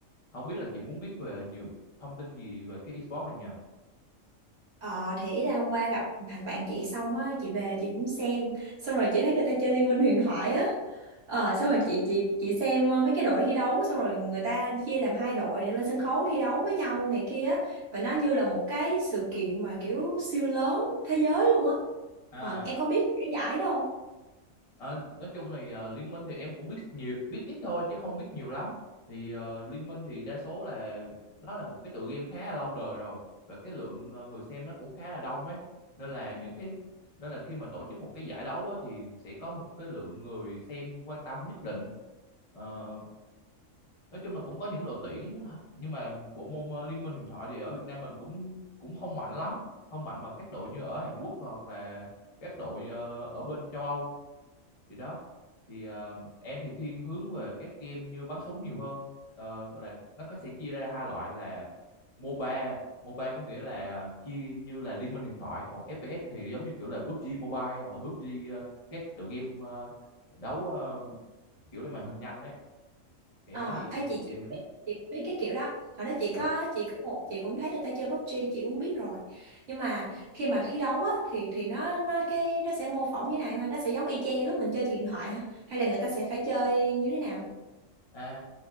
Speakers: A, on the left (about 30°); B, on the right (about 65°).
A: không biết là chị muốn biết về nhiều thông tin gì về cái esports này nhờ?
B: Ờ thì là hôm qua gặp thằng bạn chị xong á chị về chị cũng xem xong rồi chị thấy người ta chơi Liên minh huyền thoại á ờ xong rồi chị chị chị xem ờ, mấy cái đội thi đấu xong rồi người ta chia làm hai đội để lên sân khấu thi đấu với nhau này kia á. và nó như là một cái sự kiện mà kiểu siêu lớn thế giới luôn á
A: À.
B: ờ em có biết cái giải đâu
A: Ờ, nói chung này ờ, Liên Minh thì em cũng biết nhiều biết ít thôi chứ không biết nhiều lắm thì ờ, Liên Minh thì đa số là đó là một cái tựa game khá là lâu đời rồi và cái lượng ờ, người xem nó cũng khá là đông ấy nên là những cái nên là khi mà tổ chức một cái giải đấu á, thì sẽ có một cái lượng người xem quan tâm nhất định Ờ, nói chung là cũng có những đội tuyển nhưng mà bộ môn ờ, Liên Minh huyền thoại thì ở Việt Nam mình cũng cũng không mạnh lắm không mạnh bằng các đội như ở Hàn Quốc hoặc là các đội ờ, ở bên châu Âu thì đó thì ờ, em thì thiên hướng về các game như bắn súng nhiều hơn Ờ, là nó có sẽ chia ra hai loại là MOBA MOBA có nghĩa là chia như là Liên minh huyền thoại còn FPS thì giống như kiểu là PUBG Mobile hoặc là PUBG ờ, các tựa game ờ, đấu ờ, kiểu là màn hình nhanh đấy thì
B: Ờ,
A: em nói gì
B: ê,
A: cho chị
B: chị
A: dễ
B: chị
A: hiểu
B: biết chị cũng biết cái kiểu đó hồi đó chị
A: Ờ.
B: có chị có một chị cũng thấy người ta chơi PUBG chị cũng biết rồi nhưng mà khi mà thi đấu á thì thì nó nó cái nó sẽ mô phỏng như này mà nó sẽ giống y chang như lúc mình chơi trên điện thoại hả hay là người ta sẽ phải chơi như thế nào
A: à.